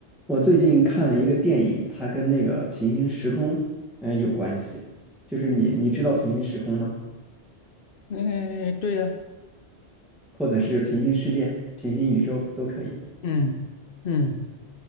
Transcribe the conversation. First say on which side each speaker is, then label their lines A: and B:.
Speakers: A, in the centre; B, on the left (about 60°).
A: 我最近看了一个电影，它跟那个平行时空，嗯、有关系。就是你，你知道平行时空吗？
B: 嗯，对呀，
A: 或者是平行世界、平行宇宙都可以。
B: 嗯嗯，